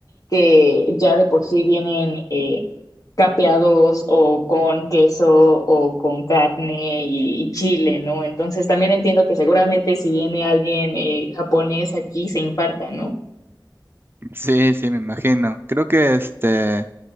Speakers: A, on the left; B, on the right.
A: que ya de por sí vienen eh, capeados o con queso o con carne y, y, chile, ¿no? Entonces también entiendo que seguramente si viene alguien eh, japonés aquí se infarta, ¿no?
B: Sí, sí, me imagino. Creo que este